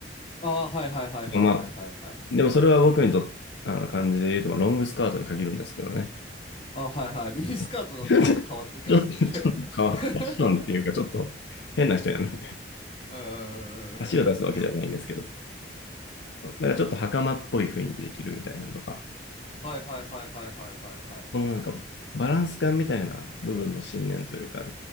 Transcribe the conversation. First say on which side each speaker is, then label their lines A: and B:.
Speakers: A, on the left; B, on the left.
A: ああ、はいはいはいはいはいはいはい。
B: まあ、でもそれは僕にと、あの、感じで言うと、まあ、ロングスカートに限るんですけどね。
A: ああ、はいはい。ミニスカートだとちょっと変わってきますんで。
B: <laughs> ちょっと、ちょっと変わる。
A: <laughs>
B: ファッションっていうか、ちょっと変な人になるんで、
A: うんうんうんうんうんうん。
B: 足を出すわけではないんですけど。なんかちょっと袴っぽい雰囲気で着るみたいなとか、
A: はいはいはいはいはいはいはいはい。
B: このなんかバランス感みたいな部分の信念というか、